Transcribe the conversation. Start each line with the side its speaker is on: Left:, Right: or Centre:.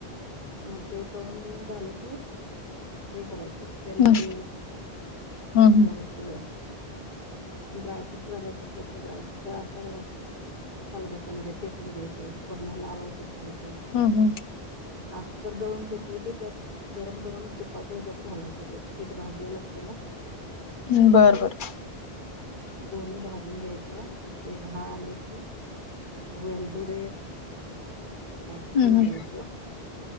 Right: मग ते दळून बिळून घेऊन झालं की हे करायचं वेलदुडे
Left: हम्म हम्म
Right: जरासं घालायचं आपण ड्रायफ्रूटस घालायचं असलं तर ड्रायफ्रूटचा असं खलबत्त्यामध्ये चेतून घ्यायचं, वर्ण लावायचं असलं तर.
Left: हम, हम
Right: आस्तर दळून घेतलं की त्यात गरम -गरम तुपाच्या ह्याच्यात घालायचं, ते पीठ भाजलेलं असते ना ते.
Left: हम्म बरं बरं,
Right: दोन्ही भाजून घ्यायचं ते झालं की अ वेलदुडे ड्रायफुडस्
Left: हम्म हम्म
Right: घालायचं.